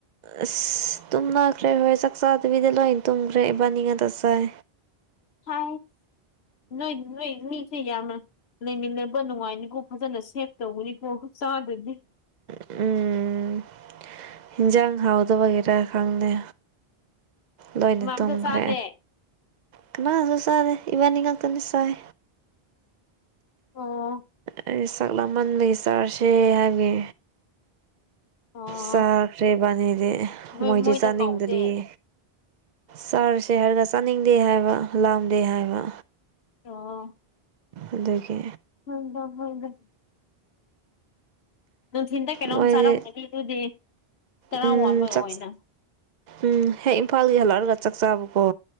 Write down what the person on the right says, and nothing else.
ꯑꯁ ꯑ ꯇꯨꯝꯅꯈ꯭ꯔꯦ ꯍꯣꯏ ꯆꯥꯛꯆꯥꯗꯨꯕꯤꯗ ꯂꯣꯏ ꯇꯨꯝꯈ꯭ꯔꯦ ꯏꯕꯥꯅꯤ ꯉꯥꯛꯇ ꯆꯥꯏ
ꯎꯝ ꯏꯟꯖꯥꯡ ꯍꯥꯎꯗꯕꯒꯤꯔꯥ ꯈꯪꯗꯦ ꯂꯣꯏꯅ
ꯇꯨꯝꯈ꯭ꯔꯦ
ꯀꯅꯥꯁꯨꯁꯗꯦ ꯏꯕꯅꯤꯉ ꯀꯅꯤꯁꯥꯏ
ꯑꯩ ꯆꯥꯛ ꯂꯃꯟꯕꯒꯤ ꯆꯥꯔꯁꯦ ꯍꯥꯏꯒꯤ
ꯆꯥꯈ꯭ꯔꯦꯕꯥꯅꯤꯗꯤ
ꯃꯣꯏꯗꯤ
ꯆꯥꯅꯤꯡꯗ꯭ꯔꯤꯌꯦ
ꯆꯥꯔꯁꯦ ꯍꯥꯏꯔꯒ ꯆꯥꯅꯤꯡꯗꯦ ꯍꯥꯏꯕ ꯂꯥꯝꯗꯦ ꯍꯥꯏꯕ
ꯑꯗꯒꯤ
ꯃꯣꯏꯗꯤ
ꯎꯝ
ꯆꯥꯛ
ꯎꯝ ꯍꯦꯛ ꯏꯝꯐꯥꯜꯒꯤ ꯍꯜꯂꯛꯑꯒ ꯆꯥꯛ ꯆꯥꯕꯀꯣ